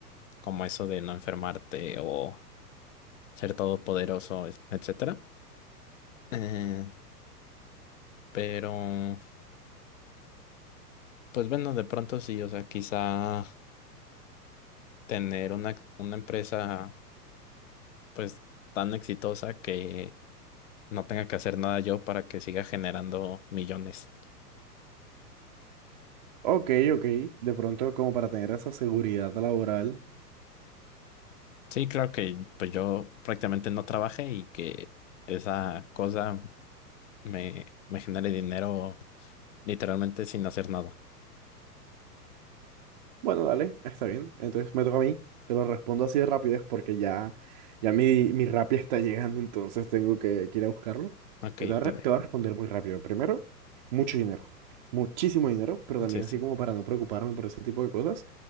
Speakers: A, on the left; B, on the right.
A: como eso de no enfermarte o ser todopoderoso, es- etcétera. Eh, pero, pues bueno, de pronto sí, o sea, quizá tener una, una empresa pues tan exitosa que no tenga que hacer nada yo para que siga generando millones.
B: Ok, ok. De pronto, como para tener esa seguridad laboral.
A: Sí, claro que pues yo prácticamente no trabaje y que esa cosa me, me genere dinero literalmente sin hacer nada.
B: Bueno, dale, está bien. Entonces me toca a mí. Te lo respondo así de rapidez porque ya, ya mi, mi Rappi está <laughs> llegando, entonces tengo que, que ir a buscarlo.
A: Ok,
B: Pero te voy a, re-
A: dime.
B: te voy a responder muy rápido. Primero, mucho dinero. Muchísimo dinero, pero también
A: Sí, sí.
B: así como para no preocuparme por ese tipo de cosas.